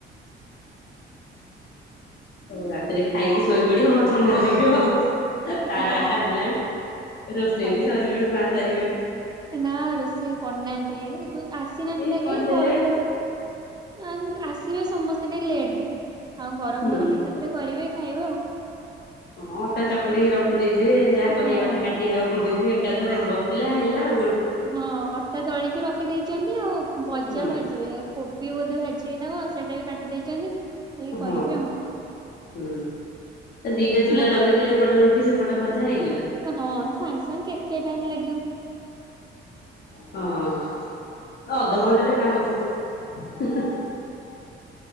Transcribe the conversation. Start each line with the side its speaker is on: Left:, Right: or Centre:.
Left: ରାତିରେ ଖାଇକି ଶୋଇପଡିବ ଥଣ୍ଡା ଲାଗିବ ଆଉ। ସାଢେ
Right: ହଁ
Left: ଆଠଟା ହେଲାଣି ରୋଷେଇ
Right: ସାଢେ
Left: ବି ସରିବଣି
Right: ଆଠ
Left: ମା ସାରିବେଣି।
Right: ନା ରୋଷେଇ କରିନାହାନ୍ତି ଆସିନାହାନ୍ତି
Left: ଏ
Right: ନା
Left: କଣ
Right: କହି
Left: ଏତେ
Right: ଗରମ
Left: ଲେଟ୍।
Right: ଗରମ ଆ ଆସିବେ ସମସ୍ତେ ଟିକେ ଲେଟରେ, ଆଉ ଗରମ
Left: ହୁଁ
Right: ଗରମ ଏକାଥରେ କରିବେ ଖାଇବେ ଆଉ
Left: ହଁ ଅଟା ଚକୁଟିକି ରଖିଦେଇଥିବେ ଯାହା କରିବା
Right: ହଁ
Left: କଥା କାଟିକି ରଖିଦେଇଥିବେ ଏକାଥରେ ବସିଲା ହେଲା ଆଉ କଣ।
Right: ହଁ ଅଟା ଦଳିକି ରଖିଦେଇଛନ୍ତି ଆଉ ଭଜା
Left: ହୁଁ
Right: ଭାଜିବେ। କୋବି ବୋଧେ ଭାଜିିବେ ନା କଣ ସେଇଟା ବି କାଟି ଦେଇଛନ୍ତି। ଖାଲି କରିବେ
Left: ହଁ
Right: ଆଉ
Left: ହୁଁ ଦିଟା ଚୁଲା
Right: ମତେ
Left: ଲଗେଇଦେଲେ ଏପଟରେ ରୁ ଟି ସେପଟେ ଭଜା ହେଇଗଲା।
Right: ହଁ ସାଙ୍ଗେ ସାଙ୍ଗେ କେତେ ଟାଇମ ଲାଗିବ।
Left: ହଁ ଅଧଘଣ୍ଟରେ କାମ ଶେଷ।